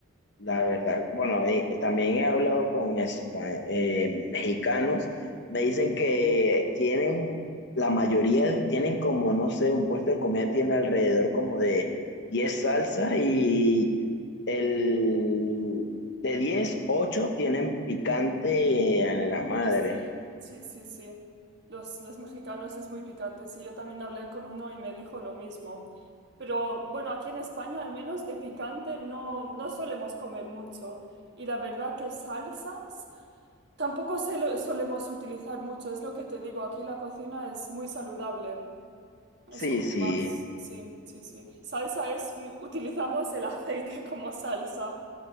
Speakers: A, on the left; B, on the right.
A: La verdad, bueno, eh, también he hablado con espa- eh, mexicanos, me dicen que tienen, la mayoría de- tienen como, no sé, un puesto de comida tiene alrededor como de diez salsas y el de diez 8 tienen picante en la madre.
B: Uy, sí, sí, sí, sí. Los, los mexicanos es muy picante. Sí, yo también hablé con uno y me dijo lo mismo. Pero bueno, aquí en España al menos de picante no, no solemos comer mucho. Y la verdad que salsas tampoco se lo- solemos utilizar mucho. Es lo que te digo, aquí la cocina es muy saludable. Es
A: Sí,
B: como
A: sí,
B: más, sí, sí, sí. Salsa es, mm, utilizamos el aceite <laughs> como salsa.